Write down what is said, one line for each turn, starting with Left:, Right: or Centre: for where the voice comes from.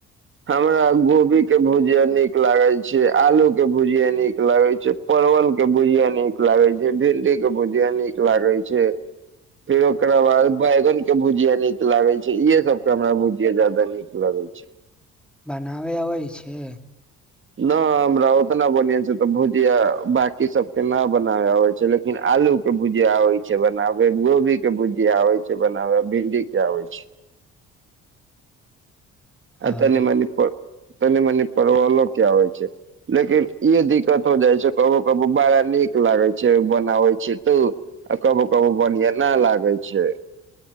Right: हमरा गोभी के भुजिया नीक लागे छै आलू के भुजिया नीक लागे छै परवल के भुजिया नीक लागे छै भिंडी के भुजिया नीक लागे छै फेर ओकरा बाद बैंगन के भुजिया नीक लागे छै इहे सब के हमरा भुजिया जाद नीक लगे छै। छै।
Centre: बनाबय अबै छै।
Right: नहि हमरा ओतना बढ़आं छै तऽ भुजिया बकी सबके नहि बनाबै आबै छै लेकिन आलू के भुजिया आबै छै बनाबे गोभी के भुजिया आबै छै बनाबे भिंडी के आबै छै। अ
Centre: आ
Right: तनि मनिप। तनी मनी पवलो क्य होइ छै लेकिन ई दिक्कत हो जाइ छै कबो कबो बड़ा नीक लागे छै बनाबै छै तू आ कबो कबो बढ़िआ न लागे छै।